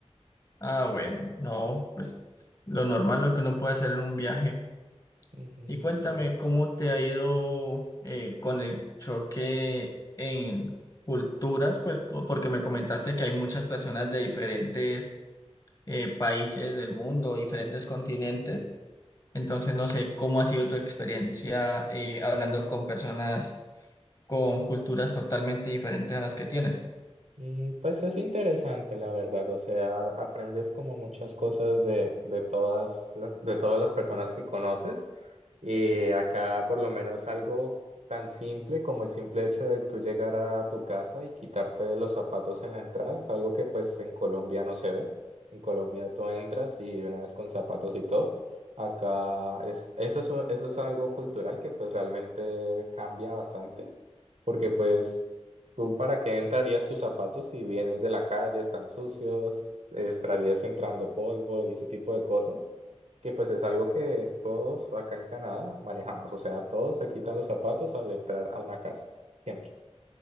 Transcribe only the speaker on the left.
Ah, bueno, no, pues lo normal, lo que uno puede hacer en un viaje.
Y cuéntame
cómo te ha ido eh, con el choque en culturas, pues co- porque me comentaste que hay muchas personas de diferentes eh, países del mundo, diferentes continentes. Entonces, no sé cómo ha sido tu experiencia eh, hablando con personas con culturas totalmente diferentes a las que tienes.